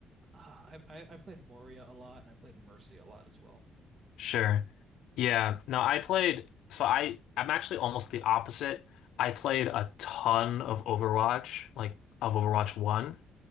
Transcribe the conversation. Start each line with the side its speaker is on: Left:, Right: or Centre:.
Right: uh, I I, I played Moria a lot and I played Mercy a lot as well.
Left: Sure. Yeah. No, I played, so I I'm actually almost the opposite. I played a ton of Overwatch, like of Overwatch 1,